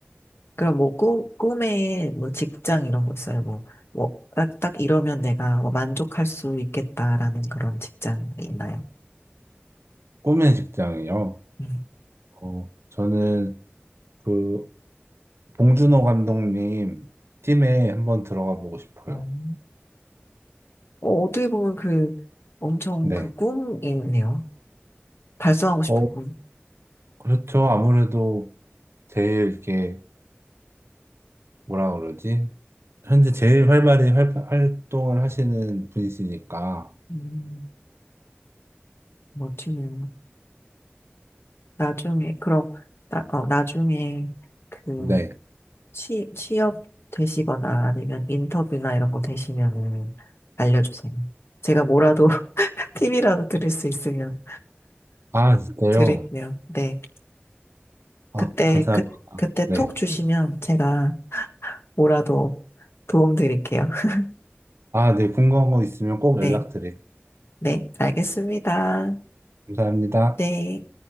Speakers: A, on the left; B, on the right.
A: 그럼 뭐 꿈, 꿈에 뭐 직장 이런 거 있어요? 뭐, 뭐, 딱, 딱 이러면 내가 뭐 만족할 수 있겠다라는 그런 직장이 있나요?
B: 꿈의 직장이요.
A: 음.
B: 어, 저는 그 봉준호 감독님 팀에 한번 들어가 보고 싶어요.
A: 음. 어, 어떻게 보면 그 엄청
B: 네.
A: 그 꿈이네요. 달성하고 싶은
B: 어,
A: 꿈.
B: 그렇죠. 아무래도 제일 이렇게 뭐라 그러지? 현재 제일 활발히 활, 활동을 하시는 분이시니까.
A: 음, 멋지네요. 나중에, 그럼, 나, 어, 나중에 그
B: 네.
A: 취, 취업 되시거나 아니면 인터뷰나 이런 거 되시면은 알려주세요. 제가 뭐라도 <laughs> 팁이라도 드릴 수 있으면.
B: 아, 진짜요?
A: 드릴게요. 네.
B: 아,
A: 그때,
B: 감사합니다.
A: 그, 그때 톡
B: 네.
A: 주시면 제가 뭐라도 도움 드릴게요. <laughs>
B: 아, 네. 궁금한 거 있으면 꼭
A: 네.
B: 연락드릴게요.
A: 네. 알겠습니다.
B: 감사합니다.
A: 네.